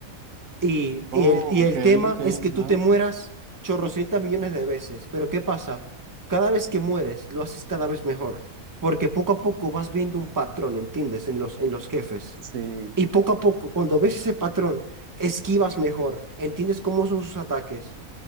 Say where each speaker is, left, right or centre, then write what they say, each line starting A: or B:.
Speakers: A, on the right; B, on the right.
A: Y, y
B: Oh,
A: el, y el
B: ok,
A: tema
B: ok,
A: es que tú
B: ajá.
A: te mueras chorrocientas millones de veces. Pero ¿qué pasa? Cada vez que mueres, lo haces cada vez mejor. Porque poco a poco vas viendo un patrón, ¿entiendes? En los, en los jefes.
B: Sí,
A: Y poco a poco, cuando ves ese patrón, esquivas mejor, entiendes cómo son sus ataques.